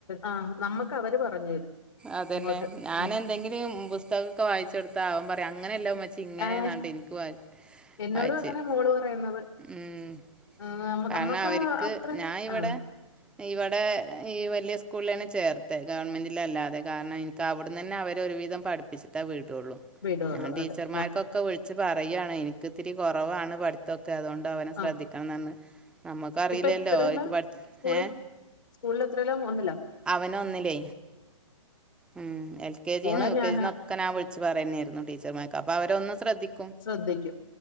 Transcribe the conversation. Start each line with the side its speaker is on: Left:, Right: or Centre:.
Left: ആഹ് നമ്മക്ക് അവര് പറഞ്ഞു തരും
Centre: അതന്നെ
Left: ഇങ്ങോട്ട്
Centre: ഞാൻ
Left: ഉം
Centre: എന്തെങ്കിലും പുസ്തകൊക്കെ വായിച്ചൊടുത്ത അവൻ പറയാ അങ്ങനെയല്ല ഉമ ഇങ്ങനെന്ന്
Left: ആ
Centre: പറഞ്ഞിട്ട് ഇനിക്ക്
Left: എന്നോടും
Centre: വായിചേരും
Left: അങ്ങനെ മോള് പറയുന്നത്
Centre: ഉം
Left: ആ, നമ്മ-
Centre: കാരണം
Left: നമ്മൾക്ക്
Centre: അവർക്ക്
Left: ആ അത്ര
Centre: ഞാ ഇവിടെ
Left: ആഹ്
Centre: ഇവടെ ഈ വല്യ സ്കൂളിലാണ് ചേർത്തേ ഗവൺമെൻ്റിൽ അല്ലാതെ കാരണം ഇനി കവിടന്നന്നെ അവര് ഒരുവിധം പഠിപ്പിച്ചിട്ടാ വീടുള്ളൂ
Left: വിടുള്ളൂ
Centre: ഞാൻ ടീച്ചർമാർക്കൊ
Left: അതെ ഞാൻ
Centre: ക്കെ വിളിച്ച് പറയാണ് എനിക്ക്ത്തിരി കുറവാണ് പഠിത്തൊക്കെ അതുകൊണ്ട് അവനെ ശ്രദ്ധിക്കണം
Left: ആഹ്
Centre: പറഞ്ഞു നമ്മുക്കറിയില്ലല്ലോ
Left: ഇപ്പൊ എത്രല്ല
Centre: അവർക്ക് പഠി
Left: സ്കൂളിൽ
Centre: ഏ
Left: സ്കൂളിൽ എത്രയില മൂന്നിലോ
Centre: അവന് ഒന്നില്ലേ ഉം എൽ കെ
Left: മോളെ
Centre: ജി ന്നും യു
Left: ഞാന്
Centre: കെ ജി ന്നും ക്കനാ വിളിച്ച് പറയന്നായിരുന്നു ടീച്ചർമാർക്ക് അപ്പൊ അവരൊന്ന് ശ്രദ്ധിക്ക
Left: ശ്രദ്ധിക്കും